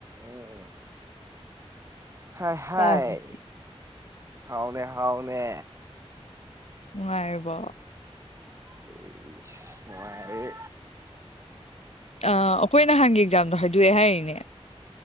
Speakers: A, on the right; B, on the left.
A: ꯎꯝ ꯍꯥ ꯍꯥꯏ
B: ꯄꯥꯏꯁꯤ
A: ꯍꯥꯎꯅꯦ ꯍꯥꯎꯅꯦ
B: ꯅꯨꯡꯉꯥꯏꯔꯤꯕ‌ꯣ
A: ꯑꯩꯏꯁ ꯅꯨꯉꯥꯏꯔꯤ
B: ꯑꯩꯈꯣꯏ ꯅꯍꯥꯟꯒꯤ ꯑꯦꯛꯖꯥꯝꯗꯣ ꯍꯥꯏꯗꯣꯛꯑꯦ ꯍꯥꯏꯔꯤꯅꯦ